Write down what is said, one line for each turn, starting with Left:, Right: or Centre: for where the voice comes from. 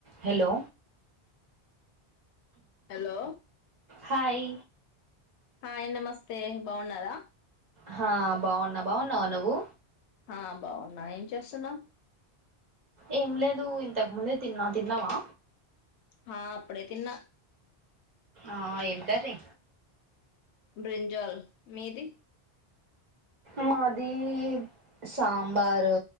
Right: Hello
Left: hello
Right: hi
Left: hi నమస్తే బాగున్నారా
Right: హా బావున్నా బావున్నావ నువ్వు
Left: ఆ బావునా ఏం చేస్తున్నావు
Right: ఏం లేదు ఇంతక ముందే తిన్నా తిన్నావా
Left: హా అప్పుడే తిన్న
Right: ఆ ఏం కర్రీ
Left: బ్రింజల్ మీది
Right: మాది సాంబారు